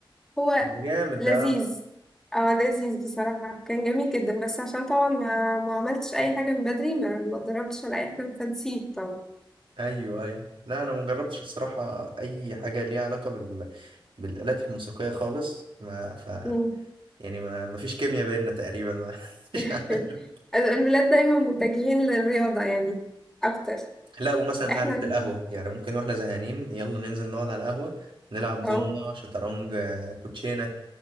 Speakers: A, in the centre; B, on the right (about 70°).
A: هو
B: ده جامد
A: لذيذ
B: ده
A: اه لذيذ بصراحة كان جميل جدا بس عشان طبعا ما, ما عملتش أي حاجة من بدري ما ما اتدربتش على أي حاجة فنسيت طبعا
B: ايوه ايوه لا انا ما جربتش الصراحة اي حاجة ليها علاقة بال... بالآلات الموسيقية خالص ما ف
A: مم.
B: يعني ما... ما فيش كيمياء بيننا تقريبا <laughs>
A: <laughs>
B: مش عارف
A: ال- الولاد دايما متجهين للرياضة يعني أكتر
B: لا ومثلا
A: احنا
B: قعدة
A: ال-
B: القهوة يعني ممكن واحنا زهقانين يلا ننزل نقعد على القهوة نلعب دومنة
A: اه
B: شطرنج آه، كوتشينة